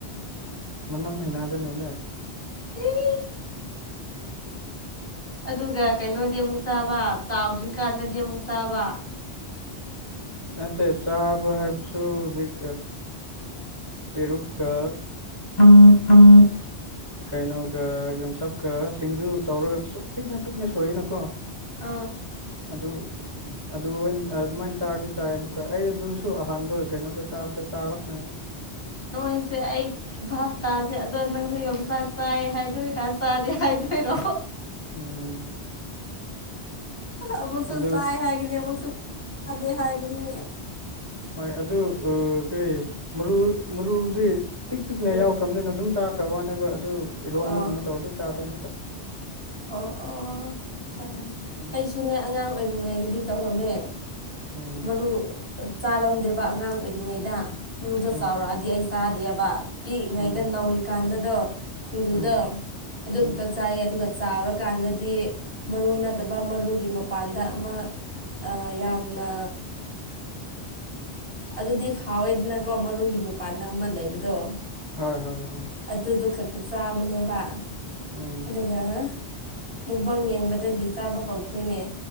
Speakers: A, on the right; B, on the left.
A: ꯃꯅꯝ ꯃꯅꯥꯗꯅꯦꯅꯦ
B: ꯑꯦ ꯑꯗꯨꯒ ꯀꯩꯅꯣꯗꯤ ꯑꯃꯨꯛ ꯆꯥꯕ ꯆꯥꯎꯗ꯭ꯔꯤꯀꯥꯟꯗꯗꯤ ꯑꯃꯨꯛ ꯆꯥꯕ
A: ꯅꯠꯇꯦ ꯆꯥꯕ ꯍꯥꯏꯕꯁꯨ ꯍꯧꯖꯤꯛ ꯄꯦꯔꯨꯨꯞꯀ
B: ꯎꯝ ꯎꯝ
A: ꯀꯩꯅꯣꯒ ꯌꯣꯡꯆꯥꯛꯀ ꯁꯤꯡꯖꯨ ꯇꯧꯔꯒ ꯄꯤꯛꯅ ꯄꯤꯛꯅ ꯁꯣꯛꯏꯅꯀꯣ
B: ꯑ
A: ꯑꯗꯨ ꯑꯗꯨ ꯑꯗꯨꯃꯥꯏꯅ ꯆꯥꯔꯗꯤ ꯆꯥꯏ ꯑꯃꯨꯛꯀ ꯑꯩ ꯑꯗꯨꯁꯨ ꯑꯍꯥꯟꯕ ꯀꯩꯅꯣꯗ ꯆꯥꯗ ꯆꯥꯔꯛꯄꯅꯤꯗ
B: ꯅꯪꯁꯦ ꯑꯩ ꯚꯥꯞ ꯇꯥꯗꯦ ꯑꯗꯣ ꯅꯪꯁꯦ ꯌꯣꯡꯆꯥꯛ ꯆꯥꯏ ꯍꯥꯏꯗꯣꯏꯔꯥ ꯆꯥꯗꯦ ꯍꯥꯏꯗꯣꯏꯔꯣ
A: ꯎꯝ
B: ꯑꯃꯨꯛꯁꯨ
A: ꯑꯗꯨ
B: ꯆꯥꯏ ꯍꯥꯏꯒꯅꯤ ꯑꯃꯨꯛꯁꯨꯗꯦ ꯍꯥꯏꯒꯅꯤ
A: ꯍꯣꯏ ꯑꯗꯨ ꯀꯔꯤ ꯃꯔꯨ ꯃꯔꯨꯗꯤ ꯄꯤꯛ ꯄꯤꯛꯅ
B: ꯎꯝ
A: ꯌꯥꯎꯈ꯭ꯔꯕꯅꯤꯅ ꯑꯗꯨꯝ ꯆꯥꯈ꯭ꯔꯕ ꯋꯥꯅꯦꯕ ꯑꯗꯨ ꯏꯔꯣꯟꯕꯒꯨꯝꯕ
B: ꯑꯥ
A: ꯇꯧꯔꯗꯤ ꯆꯥꯗꯦ ꯑꯃꯨꯛꯀ
B: ꯑꯣ ꯑꯣ
A: ꯎꯝ
B: ꯑꯩꯁꯨꯅꯦ ꯑꯉꯥꯡ ꯑꯣꯏꯔꯤꯉꯩꯗꯗꯤ ꯇꯧꯔꯝꯃꯦ
A: ꯎꯝ
B: ꯃꯔꯨ ꯆꯥꯔꯝꯗꯦꯕ ꯑꯉꯥꯡ ꯑꯣꯏꯔꯤꯉꯩꯗ ꯃꯔꯨꯗꯣ
A: ꯎꯝ
B: ꯆꯥꯎꯔꯛꯑꯗꯤ ꯑꯩ ꯆꯥꯗꯦꯕ ꯄꯤꯛꯏꯉꯩꯗ
A: ꯎꯝ
B: ꯅꯧꯔꯤꯀꯥꯟꯗꯗꯣ ꯁꯤꯡꯖꯨꯗꯣ
A: ꯎꯝ
B: ꯑꯗꯨ
A: ꯎꯝ
B: ꯈꯛꯇ ꯆꯥꯏꯌꯦ ꯑꯗꯨꯒ ꯆꯥꯎꯔꯀꯥꯟꯗꯗꯤ ꯃꯔꯨ ꯅꯠꯇꯕ ꯃꯔꯨꯒꯤ ꯃꯄꯥꯟꯗ ꯑꯃ ꯌꯥꯝꯅ ꯑꯗꯨꯗꯤ ꯐꯥꯎꯋꯦꯗꯅꯀꯣ ꯃꯔꯣꯏꯒꯤ ꯃꯄꯥꯟꯗ ꯑꯃ ꯂꯩꯕꯗꯣ
A: ꯍꯣꯏ ꯍꯣꯏ ꯍꯣꯏ
B: ꯑꯗꯨꯗꯣ ꯈꯛꯇ ꯆꯥꯕꯅꯦꯕ
A: ꯎꯝ
B: ꯑꯗꯨꯒ ꯃꯨꯛꯕꯪ ꯌꯦꯡꯕꯗ ꯑꯗꯨ ꯗꯗꯒꯤ ꯆꯥꯕ ꯍꯧꯈ꯭ꯔꯦꯅꯦ